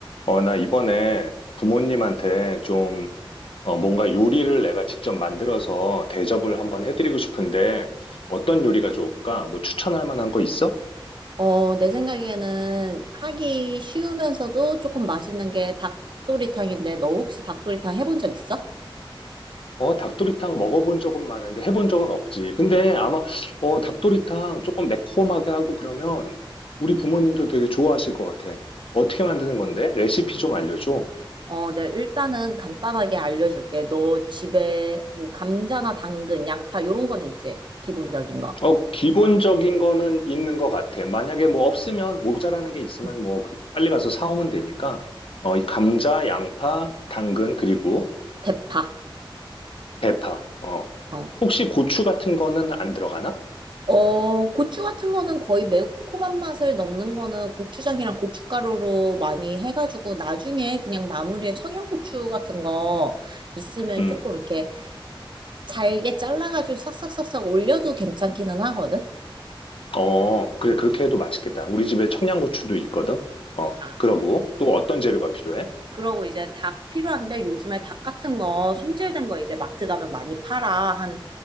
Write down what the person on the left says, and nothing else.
어, 나 이번에 부모님한테 좀, 어, 뭔가 요리를 내가 직접 만들어서 대접을 한번 해드리고 싶은데, 어떤 요리가 좋을까? 뭐 추천할 만한 거 있어?
어, 닭도리탕 먹어본 적은 많은데 해본 적은 없지. 근데 아마, 어, 닭도리탕 조금 매콤하게 하고 그러면 우리 부모님도 되게 좋아하실 것 같아. 어떻게 만드는 건데? 레시피 좀 알려줘.
어, 기본적인 거는 있는 것 같아. 만약에 뭐 없으면 모자라는 게 있으면
뭐 빨리 가서 사오면 되니까. 어, 이 감자, 양파, 당근, 그리고
대파. 어.
혹시 고추 같은 거는 안 들어가나?
음.
어, 그래. 그렇게 해도 맛있겠다. 우리 집에 청양고추도 있거든. 어,
그러고 또 어떤 재료가 필요해?